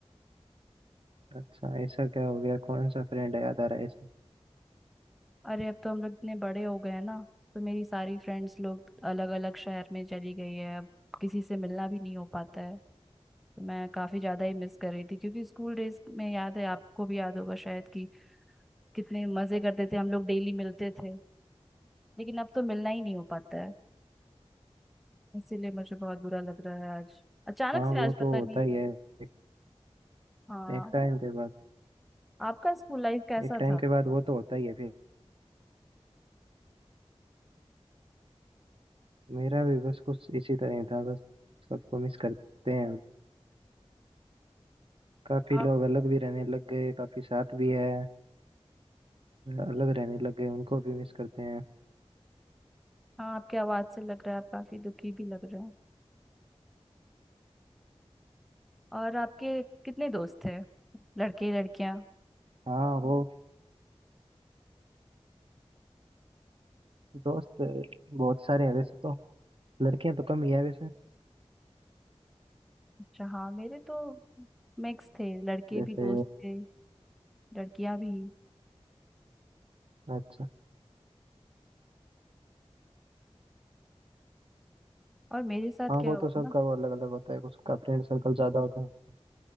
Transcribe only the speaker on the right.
अच्छा ऐसा क्या हो गया कौन सा फ्रेंड है याद आ रहा है ऐसे
हाँ
वो
तो
होता
ही है एक,
एक टाइम के बाद
एक टाइम के बाद वो तो होता ही है फिर मेरा भी बस कुछ इसी तरह ही था बस सबको मिस करते हैं काफी
लोग अलग भी रहने लग गए काफी साथ भी है अलग रहने लग गए उनको भी मिस करते हैं
हाँ वो दोस्त बहुत सारे हैं वैसे तो लड़कियां तो कम ही है वैसे
जैसे
अच्छा
हाँ
वो
तो सबका
वो अलग अलग होता है उसका फ्रेंड सर्कल ज्यादा होता है